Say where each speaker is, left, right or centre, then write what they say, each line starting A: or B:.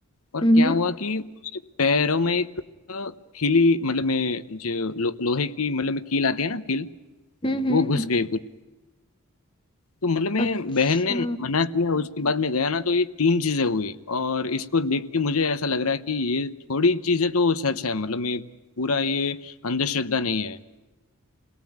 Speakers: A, on the left (about 80°); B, on the left (about 25°).
A: और
B: हम्म
A: क्या हुआ कि मेरे पैरों में एक खीली मतलब मैं जो लो, लोहे की मतलब में कील आती है ना कील
B: हम्म
A: वो घुस गई पूरी तो मतलब मैं
B: अच्छा
A: बहन ने मना किया उसके बाद मैं गया ना तो ये तीन चीजें हुई और इसको देख के मुझे ऐसा लग रहा है कि ये थोड़ी चीजें तो सच है मतलब मैं पूरा ये अंधश्रद्धा नहीं है